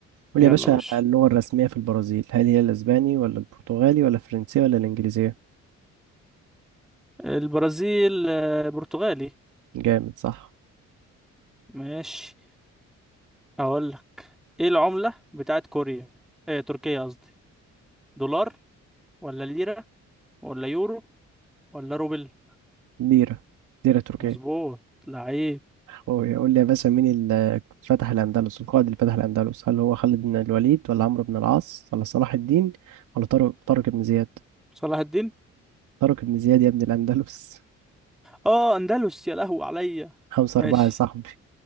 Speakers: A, on the right; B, in the centre.
A: قول
B: يلا
A: يا باشا
B: يا باشا
A: اللغة الرسمية في البرازيل هل هي الأسباني ولا البرتغالي ولا الفرنسية ولا الإنجليزية
B: البرازيل آه، برتغالي
A: جامد صح
B: ماشي اقول لك ايه العملة بتاعت كوريا إيه تركيا قصدي دولار ولا ليرة ولا يورو ولا روبل
A: ليرة ليرة تركية
B: مظبوط لعيب
A: أوه، قول لي يا باشا مين اللي فتح الأندلس القائد اللي فتح الأندلس هل هو خالد بن الوليد ولا عمرو بن العاص ولا صلاح الدين ولا طارق طارق بن زياد
B: صلاح الدين
A: طارق بن زياد يا ابن الأندلس <laughs>
B: اه اندلس يا لهو عليا
A: خمسة
B: ماشي
A: أربعة يا صاحبي